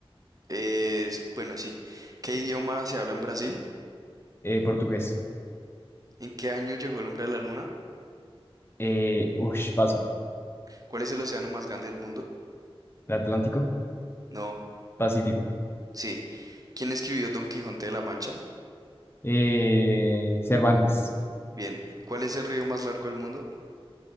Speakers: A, on the right; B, on the left.
A: Es, bueno, sí. ¿Qué idioma se habla en Brasil?
B: Eh, portugués.
A: ¿En qué año llegó el hombre a la luna?
B: Eh, ush, paso.
A: ¿Cuál es el océano más grande del mundo?
B: El Atlántico.
A: No,
B: Pacífico.
A: sí. ¿Quién escribió Don Quijote de la Mancha?
B: Eh, Cervantes.
A: Bien. ¿Cuál es el río más largo del mundo?